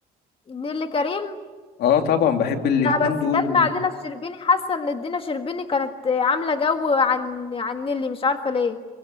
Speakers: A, on the left; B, on the left.
A: نيللي كريم
B: اه طبعا بحب الاتنين
A: لا بس
B: دول
A: كانت مع دينا الشربيني حاسة ان دينا الشربيني كانت آه، عاملة جو عن عن نيللي مش عارفة ليه